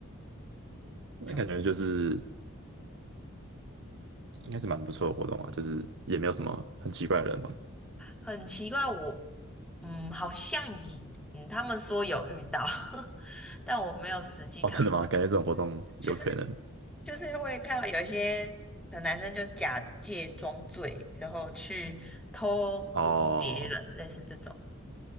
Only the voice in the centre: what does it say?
就
很奇怪。我嗯，好像以嗯，他们说有遇到，<laughs> 但我没有实际看到，
就是就是会看到有一些可能男生就假借装醉之后去偷摸别人，
类似这种。